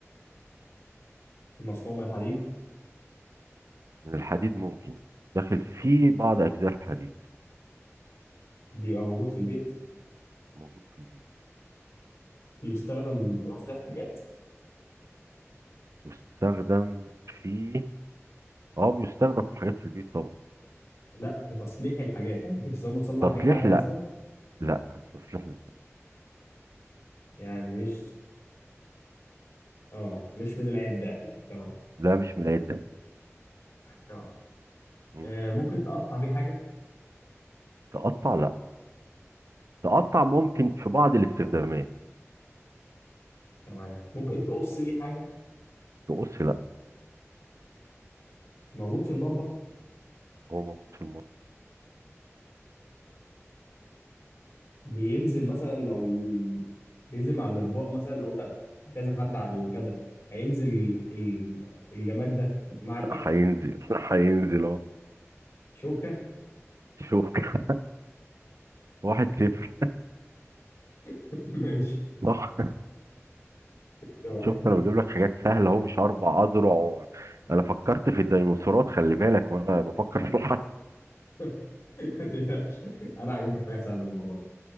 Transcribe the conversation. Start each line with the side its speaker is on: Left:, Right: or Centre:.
Left: مصنوع من الحديد
Right: من الحديد ممكن داخل في بعض أجزاء الحديد
Left: بيبقى موجود في البيت
Right: موجود في البيت
Left: بيستخدم لتصليح حاجات
Right: يستخدم في اه بيستخدم في حاجات في البيت طبعا
Left: لا في تصليح الحاجات يعني ممكن تسمى تصلح
Right: تصليح
Left: بيه حاجة
Right: لا
Left: مثلا
Right: لا تصليح لا
Left: يعني مش اه مش من العدة يعني تمام
Right: ده مش من العيد ده
Left: تمام
Right: مم.
Left: آه، ممكن تقطع بيه حاجة
Right: تقطع لا تقطع ممكن في بعض الاستخدامات
Left: تمام ممكن تقص بيه حاجة
Right: تقص لا
Left: موجود في المطبخ
Right: هو موجود في المطبخ
Left: بينزل مثلا لو بينزل مع الاطباق مثلا لو انت هتعزم حد على الغدا هينزل ال- الجماد ده مع الاكل
Right: هينزل <laughs> هينزل اهو
Left: شوكه
Right: شوف <laughs> واحد صفر
Left: <laughs> ماشي
Right: صح
Left: تمام
Right: شفت انا بجيب لك حاجات سهله اهو مش اربع اذرع و- انا فكرت في الديناصورات خلي بالك وانا بفكر في الحرب
Left: <laughs> ما تقلقش. انا هجيب لك حاجه سهله المره دي